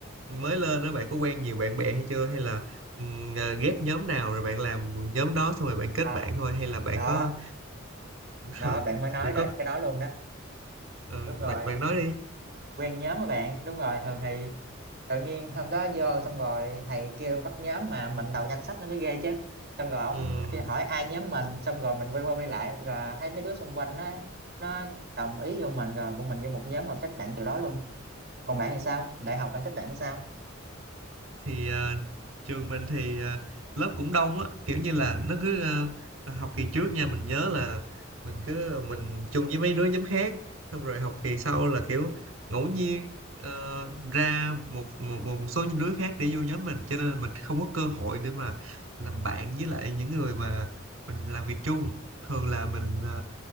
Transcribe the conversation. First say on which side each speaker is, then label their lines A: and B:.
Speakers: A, on the right (about 80°); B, on the right (about 55°).
A: mới lên đó bạn có quen nhiều bạn bè hay chưa hay là ừm, ờ, ghép nhóm nào rồi bạn làm nhóm đó xong rồi bạn kết
B: à,
A: bạn thôi hay là bạn
B: đó
A: có <laughs>
B: đó
A: rồi,
B: bạn mới nói
A: rồi
B: đó
A: có
B: cái đó luôn đó
A: ờ,
B: đúng rồi
A: bạn bạn nói đi
B: quen nhóm các bạn đúng rồi thường thì tự nhiên hôm đó vô xong rồi thầy kêu bắt nhóm mà mình đầu danh sách nó mới ghê chứ xong rồi ông
A: Ừ,
B: kia hỏi ai nhóm mình xong rồi mình quay qua quay lại rồi thấy mấy đứa xung quanh nó nó đồng ý vô mình rồi bọn mình vô một nhóm và kết bạn từ đó luôn còn bạn thì sao đại học bạn kết bạn sao
A: thì ờ, trường mình thì ờ, lớp cũng đông á kiểu như là nó cứ ờ, à, học kỳ trước nha mình nhớ là mình cứ ờ, mình chung với mấy đứa nhóm khác xong rồi học kỳ sau là kiểu ngẫu nhiên ờ, ra một, một một số những đứa khác để vô nhóm mình cho nên mình không có cơ hội để mà làm bạn với lại những người mà mình làm việc chung thường là mình ờ,